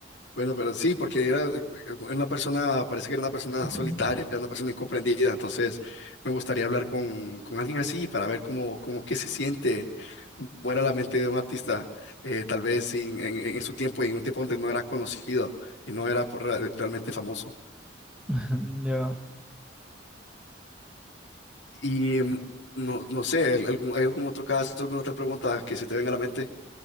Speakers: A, on the left; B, in the centre.
A: Bueno, pero sí, porque era eh, una persona, parece que era una persona
B: Ujú.
A: solitaria, era una persona incomprendida, entonces me gustaría hablar con, con alguien así para ver cómo, cómo qué se siente, cómo era la mente de un artista, eh, tal vez sin- en, en- en su tiempo y en un tiempo donde no era conocido y no era por re- realmente famoso.
B: <laughs> Ya,
A: Y mm, no, no sé, ¿al- ¿algún, ¿hay algún otro caso, alguna otra pregunta que se te venga a la mente?